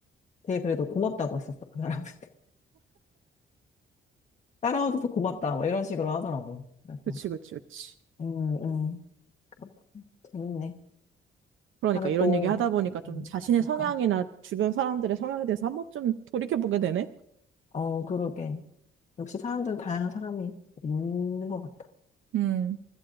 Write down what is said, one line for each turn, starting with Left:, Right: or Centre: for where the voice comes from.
Left: 되게 그래도 고맙다고 했었어. 그 사람한테. <laughs> 따라와줘서 고맙다. 막 이런 식으로 하더라고. 그래서,
Right: 그치, 그치, 그치.
Left: 음, 음. 그렇군. 재밌네.
Right: 그러니까
Left: 다음에
Right: 이런
Left: 또,
Right: 얘기 하다 보니까 좀
Left: 음,
Right: 자신의
Left: 그러니까.
Right: 성향이나 주변 사람들의 성향에 대해서 한 번쯤 돌이켜보게 되네?
Left: 어, 그러게. 역시 사람들은 다양한 사람이 있는 것 같다.
Right: 음,